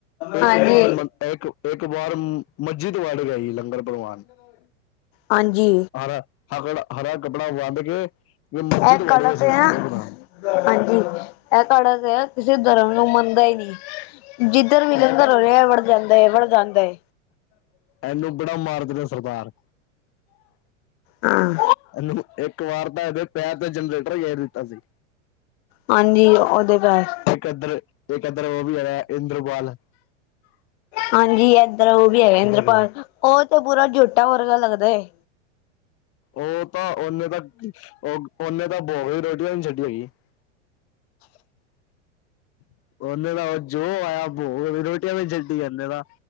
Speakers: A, on the left (about 35°); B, on the left (about 55°).
A: ਏਕ
B: ਹਾਂਜੀ
A: ਵਾਰ ਏਕ ਵਾਰ ਮਜਿਦ ਵਾਲੇ। ਲੰਗਰ ਪ੍ਰਵਾਨ
B: ਹਾਂਜੀ
A: ਹਰਾ ਅਗਰ ਹਰਾ ਕੱਪੜਾ ਵੰਡ ਕੇ। ਵੀ ਮਸਜਿਦ
B: ਇਹ
A: ਵੜ
B: ਕੜਾ
A: ਗਏ
B: ਤੇ
A: ਸੀ
B: ਆ
A: ਕਿਹੜੇ ਪਤਾ
B: ਹਾਂਜੀ ਇਹ ਕੜਾ ਤੇ ਹੈ ਕਿਸੇ ਧਰਮ। ਮੰਨਦਾ ਹੀ ਨੀ ਜਿੱਧਰ ਵੀ ਲੰਗਰ
A: ਐ ਤਾਂ
B: ਹੋ ਰਿਹਾ ਵੜ ਜਾਂਦਾ ਵੜ ਜਾਂਦਾ।
A: ਇਹਨੂੰ ਬੜਾ ਮਾਰਦੇ ਨੇ ਸਰਦਾਰ।
B: ਹਾਂ
A: ਇਹਨੂੰ ਇੱਕ ਵਾਰਤਾ ਇਹਦੇ ਪੈਰ ਤੇ ਜਨਰੇਟਰ ਗੇਰ ਦਿੱਤਾ ਸੀ।
B: ਹਾਂਜੀ ਉਹਦੇ ਪੈਰ
A: ਇੱਕ ਇੱਧਰ ਇੱਕ ਇੱਧਰ ਉਹ ਵੀ ਆਇਆ ਇੰਦਰਬਾਲ।
B: ਹਾਂਜੀ ਏਧਰ ਉਹ ਵੀ ਹੈਗਾ ਇੰਦਰਪਾਲ
A: ਕੋਲ
B: ਉਹ ਤੇ ਪੂਰਾ ਜੁੱ। ਟਾ ਵਰਗਾ ਲੱਗਦਾ ਏ।
A: ਉਹ ਤਾਂ ਓਨੇ ਤਾਂ ਓਨੇ ਤਾਂ ਬੋਈ ਰੋਟੀ ਨਹੀਂ ਛੱਡੀ ਹੈਗੀ। <inaudible> <inaudible> ਉਹਨੇ ਦਾ ਉਹ ਜੋ ਆਇਆ ਭੋਗ ਦੀ ਰੋਟੀਆਂ ਵੀ ਛੱਡੀ ਨੇ ਦਾ।